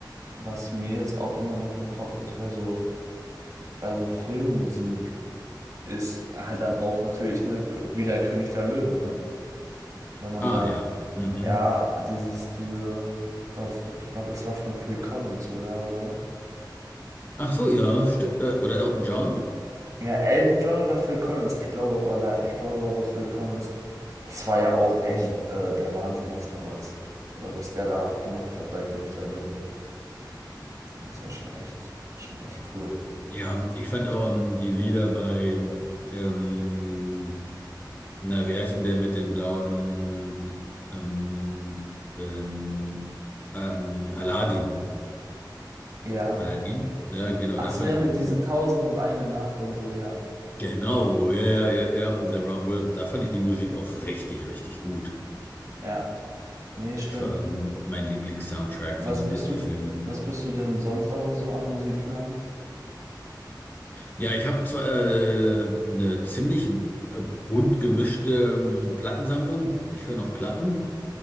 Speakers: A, on the right (about 45°); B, on the left (about 25°).
A: was mir jetzt auch immer noch im Kopf ist bei so, bei so Filmmusik, ist halt dann auch natürlich ne, wieder König der Löwen, ne? wenn man
B: Ah
A: dann,
B: ja. Mhm.
A: ja, dieses, diese, ich glaube, ich glaube es war von Phil Collins sogar, oder?
B: Ach so, ja. Sti- äh, oder Elton John?
A: Ja, Elton John oder Phil Collins, ich glaube aber, le- ich glaube aber Phil Collins, das war ja auch echt
B: Hm.
A: äh, der Wahnsinn, was damals, oder was der da gemacht hat bei König der Löwen. Das war schon echt, schon echt cool.
B: Ja, ich fand auch ähm, die Lieder bei ähm, Na, wie heißt denn der mit dem blauen ähm, ähm, äh, ähm, Aladdin?
A: Ja.
B: Aladdin? Ja, genau,
A: Ach
B: da
A: so,
B: fand
A: ja,
B: ich
A: mit
B: die Musik.
A: diese Tausend und eine Nacht und so, ja.
B: Genau, ja, ja, ja, ja, und The Wrong Will. Da fand ich die Musik auch richtig, richtig gut.
A: Ja. Nee, stimmt.
B: Das war irgendwie mein Lieblingssoundtrack
A: Was
B: von den
A: bist
B: Disney-Filmen.
A: du, was bist du denn sonst aber so am Musik hören?
B: Ja, ich habe zwar äh, eine ziemlich äh, bunt gemischte ähm, Plattensammlung. Ich höre noch Platten.